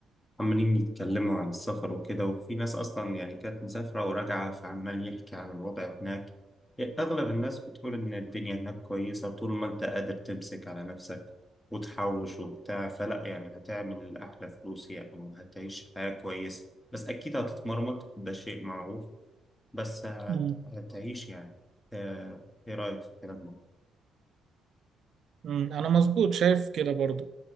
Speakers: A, on the left; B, on the right.
A: عمالين يتكلموا عن السفر وكده وفي ناس أصلا يعني كانت مسافرة وراجعة فعمال يحكي عن الوضع هناك أغلب الناس بتقول إن الدنيا هناك كويسة طول ما أنت قادر تمسك على نفسك وتحوش وبتاع فلا يعني هتعمل أحلى فلوس يعني وهتعيش حياة كويسة بس أكيد هتتمرمط ده شيء معروف بس هت-
B: مم.
A: هتعيش يعني آه، إيه رأيك في الكلام ده؟
B: مم. انا مظبوط شايف كده برضو